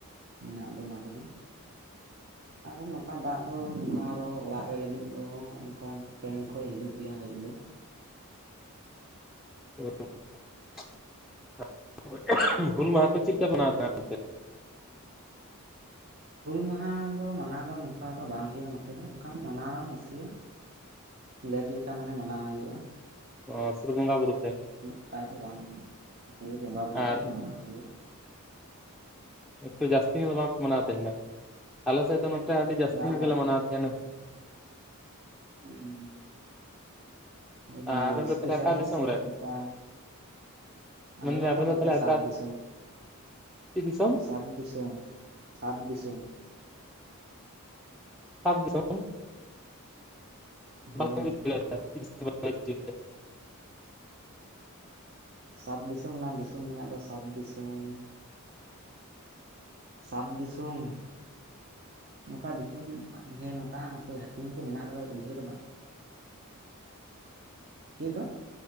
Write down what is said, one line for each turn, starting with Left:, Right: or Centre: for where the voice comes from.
Right: ᱢᱮᱱᱟᱜ ᱫᱚ ᱚᱱᱟ ᱠᱚᱫᱚ᱾
Centre: <inaudible>
Right: ᱟᱨ ᱱᱚᱝᱠᱟ ᱫᱟᱜ ᱫᱚ ᱱᱚᱝᱠᱟ ᱟᱨᱚ ᱚᱲᱟᱜ ᱨᱮ ᱞᱟᱹᱜᱤᱫ ᱫᱚ ᱱᱚᱝᱠᱟ ᱴᱮᱝᱠ ᱠᱷᱚᱡ ᱦᱤᱡᱩᱜ ᱜᱮᱭᱟ ᱦᱮᱡ ᱫᱚ᱾
Centre: <unintelligible>
Right: ᱦᱩᱞ ᱢᱟᱦᱟ ᱫᱚ ᱢᱟᱱᱟᱣ ᱫᱚ ᱱᱚᱝᱠᱟ ᱫᱚ ᱵᱟᱝ ᱦᱩᱭᱩᱜᱼᱟ ᱱᱚᱛᱮ ᱫᱚ ᱚᱱᱠᱟ ᱢᱟᱱᱟᱣ ᱱᱟᱥᱮᱭᱟᱜ ᱞᱮᱠ ᱞᱮᱠᱷᱟ ᱢᱟᱱᱮ ᱢᱟᱱᱟᱣ ᱦᱩᱭᱩᱜᱼᱟ᱾
Centre: ᱚ ᱥᱩᱫᱷᱩ ᱵᱚᱸᱜᱟ ᱵᱩᱨᱩ ᱛᱮᱫ᱾
Right: ᱩᱱᱟᱹᱜ ᱴᱟ ᱫᱚ ᱵᱟᱝ ᱦᱚᱭ ᱵᱚᱸᱜᱟ ᱵᱩᱨᱩ
Centre: ᱟᱨ
Right: ᱛᱮᱫ ᱢᱟᱱᱟᱣ ᱦᱩᱭᱩᱜᱼᱟ᱾
Centre: ᱮᱠᱴᱩ ᱡᱟᱹᱥᱛᱤ ᱧᱚᱜ ᱫᱚ ᱵᱟᱝᱠᱚ ᱢᱟᱱᱟᱣ ᱛᱟᱦᱮᱸᱱᱟ᱾ ᱟᱞᱮᱥᱮᱫ ᱫᱚ ᱱᱚᱛᱮ ᱟᱹᱰᱤ ᱡᱟᱹᱥᱛᱤ
Right: ᱵᱟᱝ
Centre: ᱧᱚᱜ
Right: ᱵᱟᱝ
Centre: ᱜᱮᱞᱮ ᱢᱟᱱᱟᱣ ᱛᱟᱸᱦᱮᱱᱟ᱾
Right: ᱦᱩᱸᱻ ᱚ ᱢᱟᱱᱮ
Centre: ᱟᱵᱮᱱ
Right: ᱨᱟᱹᱥᱠᱟᱹ
Centre: ᱫᱚ ᱛᱟᱦᱚᱞᱮ
Right: ᱥᱟᱺᱦᱤᱡ
Centre: ᱚᱠᱟ ᱫᱤᱥᱚᱢ
Right: ᱥᱮ
Centre: ᱨᱮᱱ
Right: ᱱᱚᱝᱠᱟ ᱟᱞᱮ
Centre: ᱢᱮᱱᱫᱟᱹᱧ ᱟᱵᱮᱱ
Right: ᱫᱚ ᱱᱚᱛᱮ
Centre: ᱛᱟᱦᱚᱞᱮ
Right: ᱥᱟᱛ
Centre: ᱚᱠᱟ
Right: ᱫᱤᱥᱚᱢ᱾
Centre: ᱪᱮᱫ ᱫᱤᱥᱚᱢ
Right: ᱥᱟᱛ ᱫᱤᱥᱚᱢ ᱥᱟᱛ ᱫᱤᱥᱚᱢ᱾
Centre: ᱥᱟᱛ ᱫᱤᱥᱚᱢ᱾ <unintelligible>
Right: ᱦᱳᱭ ᱥᱟᱛ ᱫᱤᱥᱚᱢ ᱨᱮᱱᱟᱜ ᱫᱤᱥᱚᱢ ᱢᱮᱱᱟᱜ ᱫᱚ ᱥᱟᱛ ᱫᱤᱥᱚᱢ᱾ ᱥᱟᱛ ᱫᱤᱥᱚᱢ ᱱᱚᱝᱠᱟ ᱫᱤᱛᱩᱢ ᱦᱮᱸ ᱱᱚᱝᱠᱟ ᱦᱟᱯᱩᱭ ᱦᱟᱹᱴᱤᱧ ᱠᱚ ᱢᱮᱱᱟᱜ ᱟᱠᱟᱫᱟ᱾ ᱪᱮᱫ ᱦᱚᱸ ᱵᱟᱝ᱾ ᱪᱮᱫ ᱫᱚ